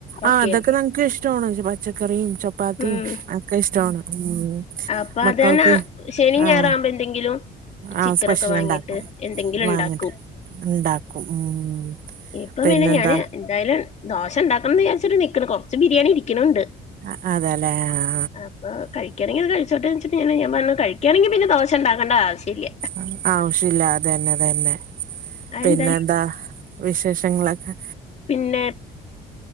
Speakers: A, on the right; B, on the left.
A: ആ
B: ഒക്കെയല്ലേ
A: അതൊക്കെ നമ്മെക്കിഷ്ടവാണ്. പച്ചക്കറിയും, ചെപ്പാത്തിയു
B: ഉം
A: ക്കെ ഇഷ്ടവാണ്. ഉം
B: അപ്പൊ
A: മക്കൾക്ക്
B: അതന്നെ ശെനിയും ഞായറാവുമ്പോന്തെങ്കിലും.
A: ആഹ്
B: ചിക്കനൊക്കെ
A: ആഹ് സ്പെഷ്യൽ
B: വാങ്ങിട്ട്
A: ഉണ്ടാക്കും
B: എന്തെങ്കിലുണ്ടാക്കും.
A: വാങ്ങിട്ട് ഉണ്ടാക്കും ഉം
B: ഇപ്പ
A: പിന്നെന്താ
B: പിന്നെ ഞാന് എന്തായാലും ദോശണ്ടാക്കണെന്ന് വിചാരിച്ചിട്ട് നിക്ക്ണ്. കൊറെച്ച് ബിരിയാണിയിരിക്ക്ണ് ണ്ട്.
A: അ അതെല്ലേ ആ
B: അപ്പൊ കഴിക്കയാണെങ്കി അത് കഴിച്ചോട്ടെന്ന് വെച്ചിട്ട്. ഞാൻ പറഞ്ഞ് കഴിക്കുവാണെങ്കി പിന്നെ ദോശ ഒണ്ടാക്കേണ്ടാവശ്യമില്ല.
A: ആ ആവശ്യല്ല. അതന്നെ തന്നെ
B: അതെന്തായാലും
A: പിന്നെന്താ? വിശേഷങ്ങളെക്കെ
B: പിന്നെ